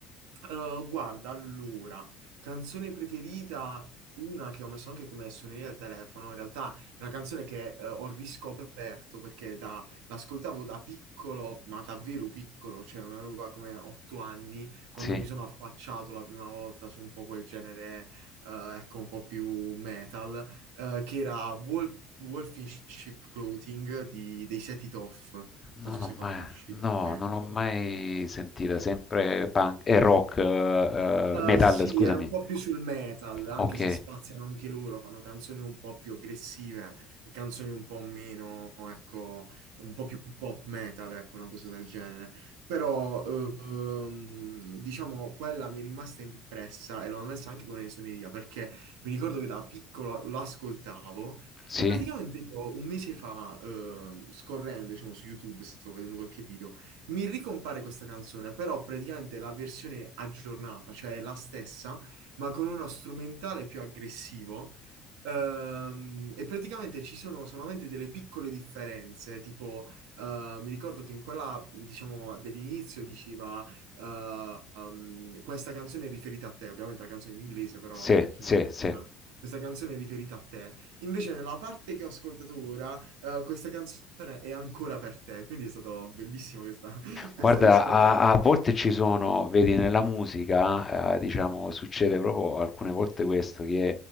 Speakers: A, on the right (about 65°); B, on the left (about 25°).
A: Uh, guarda, allora, canzone preferita, una che ho messo anche come suoneria al telefono, in realtà è una canzone che eh, ho riscoperto perché da- l'ascoltavo da piccolo, ma davvero piccolo, cioè una roba come otto anni, quando
B: Sì.
A: mi sono affacciato la prima volta su un po' quel genere, eh, ecco, un po' più metal, eh, che era Wolf, Wolf in Sheep Clothing di- dei Set It Off, non
B: Non
A: so
B: l'ho
A: se conosci
B: mai,
A: la
B: no,
A: band.
B: non l'ho mai sentita, sempre punk e rock, eh,
A: Eh,
B: eh, metal,
A: sì,
B: scusami.
A: è un po' più sul metal, anche
B: Ok,
A: se spaziano anche loro, fanno canzoni un po' più aggressive e canzoni un po' meno, ecco, un po' più pop metal, ecco, una cosa del genere. Però, eh, ehm, diciamo, quella mi è rimasta impressa e l'ho messa anche come suoneria, perché mi ricordo che da piccolo l'ascoltavo
B: sì,
A: e praticamente io un mese fa, ehm, scorrendo, diciamo, su YouTube, stavo vedendo qualche video, mi ricompare questa canzone, però praticamente la versione aggiornata, cioè la stessa, ma con uno strumentale più aggressivo. Ehm, e praticamente ci sono solamente delle piccole differenze, tipo eh, mi ricordo che in quella, diciamo, dell'inizio diceva eh, ehm, questa canzone è riferita a te, ovviamente la canzone in inglese, però
B: sì,
A: diciamo
B: sì,
A: in
B: sì.
A: italiano, questa canzone è riferita a te. Invece nella parte che ho ascoltato ora eh, questa canzone è ancora per te, quindi è stato bellissimo questa, <laughs> questa
B: Guarda,
A: riscoperta.
B: a, a volte ci sono, vedi, nella musica, eh, diciamo, succede proprio alcune volte questo, che